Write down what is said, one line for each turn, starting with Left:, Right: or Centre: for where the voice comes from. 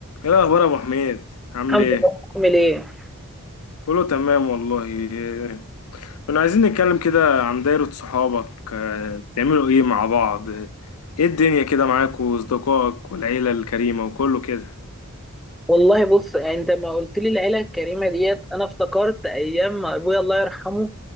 Left: ايه الاخبار يا ابو حميد عامل
Centre: الحمد
Left: ايه
Centre: لله عامل ايه
Left: كله تمام والله إيه، كنا عايزين نتكلم كده عن دايرة صحابك آه، بتعملوا ايه مع بعض ايه الدنيا كده معاك واصدقائك والعيلة الكريمة وكله كده
Centre: والله بص يعني انت ما قلت لي العيله الكريمه ديت انا افتكرت ايام ما ابويا الله يرحمه